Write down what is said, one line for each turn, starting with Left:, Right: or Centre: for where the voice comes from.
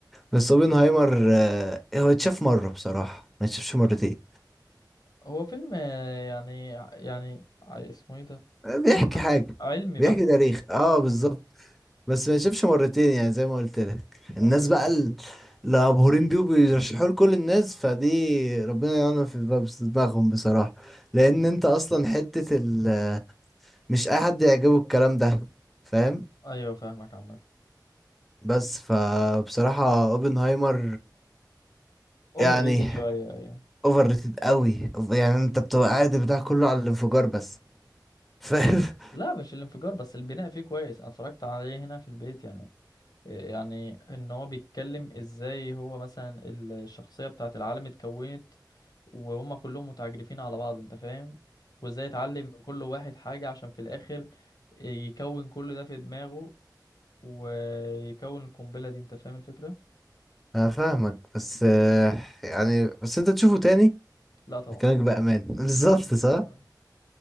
Centre: بس اوبنهايمر آه هو اتشاف مرة بصراحة ما اتشافش مرتين
Left: هو فيلم آه، يعني يعني ع- اسمه ايه ده
Centre: بيحكي
Left: فيلم ع-
Centre: حاجة
Left: علمي
Centre: بيحكي
Left: بحت
Centre: تاريخ اه
Left: اه بالظبط
Centre: بالظبط بس ما يشوفش مرتين يعني زي ما قلت لك الناس
Left: ايوه
Centre: بقى
Left: فاهم
Centre: ال- اللي مبهورين بيه وبيرشحوه لكل الناس فدي ربنا يعلم في باب- في دماغهم بصراحة لأن أنت أصلا حتة ال مش أي حد يعجبه الكلام ده فاهم
Left: ايوه فاهمك عامة
Centre: بس فبصراحة اوبنهايمر
Left: اوفر
Centre: يعني
Left: ريتد شوية ايوه
Centre: اوفر ريتد قوي يعني أنت بتبقى قاعد بتاع كله على الانفجار بس فاهم <laughs>
Left: لا مش الانفجار بس البناء فيه كويس انا اتفرجت عليه هنا في البيت يعني آه، يعني ان هو بيتكلم ازاي هو مثلا الشخصية بتاعت العالم اتكونت وهم كلهم متعجرفين على بعض انت فاهم وازاي اتعلم من كل واحد حاجة عشان في الاخر آه، يكون كل ده في دماغه ويكون القنبلة دي انت فاهم الفكرة؟
Centre: أنا فاهمك بس آه، يعني بس أنت تشوفه تاني
Left: لا طبعا
Centre: بكلامك بأمان <laughs> بالظبط
Left: لا
Centre: صح
Left: لا